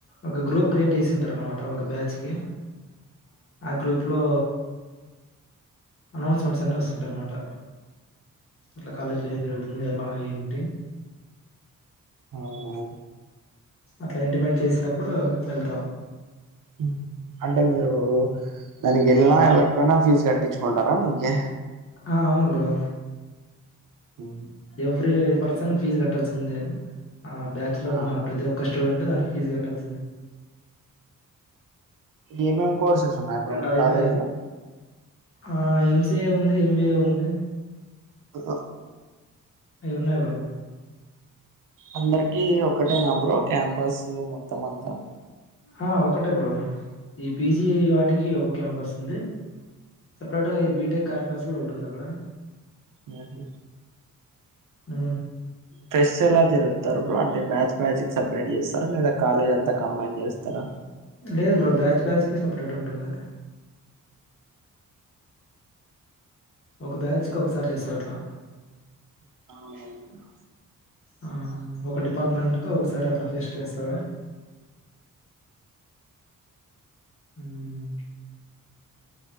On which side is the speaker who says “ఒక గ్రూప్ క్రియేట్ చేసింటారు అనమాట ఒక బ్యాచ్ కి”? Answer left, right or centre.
Left